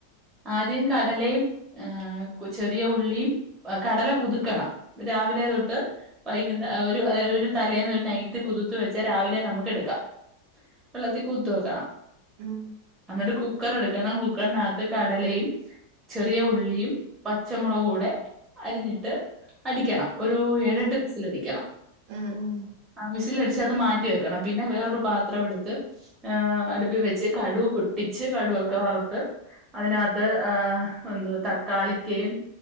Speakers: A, in the centre; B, on the right.
A: ആദ്യം കടലയും ഏ ചെറിയ ഉള്ളിയും കടല കുതുക്കണം രാവിലെ തൊട്ട് വൈകുന്ന ഒരു ഒരു തലേന്ന് ഒരു നൈറ്റ് കുതുത്ത് വെച്ചാ രാവിലെ നമുക്ക് എടുക്കാം വെള്ളത്തിൽ കുത് ത്ത് വെക്കണം
B: ഉം
A: അന്നിട്ട് കുക്കർ എടുക്കണം കുക്കറിനകത്ത് കടലയും ചെറിയ ഉള്ളിയും പച്ചമുളകൂടെ അരിഞ്ഞിട്ട് അടിക്കണം ഒരു ഏഴെട്ട്
B: ഉം
A: വിസിലടിക്കണം
B: ഉം ഉം
A: ആ വിസിലടിച്ച് അത് മാറ്റി വെക്കണം പിന്നെ വേറൊരു പാത്രം എടുത്ത് ഏ അടുപ്പി വെച്ച് കടു പൊട്ടിച്ച് കടുവൊക്കെ വറുത്ത് അതിനാത്ത് ആ എന്തോ തക്കാളിക്കയും